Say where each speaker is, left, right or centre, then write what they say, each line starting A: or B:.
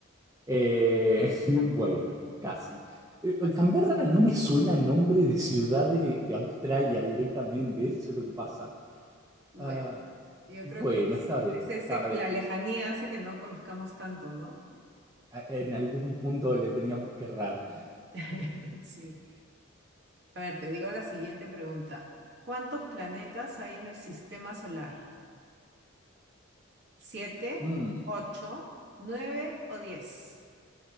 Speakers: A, on the right; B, on the right.
A: Eh, <laughs> bueno, casi. Eh,
B: Así,
A: Canberra
B: así,
A: no me suena a nombre de ciudad de, de Australia directamente, eso es lo que
B: no.
A: pasa.
B: Bueno,
A: Ah,
B: yo
A: bueno,
B: creo que es,
A: está bien,
B: es ese
A: está
B: que
A: bien.
B: la lejanía hace que no conozcamos tanto, ¿no?
A: A- En algún punto le teníamos que errar.
B: <laughs> Sí. A ver, te digo la siguiente pregunta. ¿Cuántos planetas hay en el sistema solar? ¿Siete,
A: Mm,
B: ocho, nueve o diez?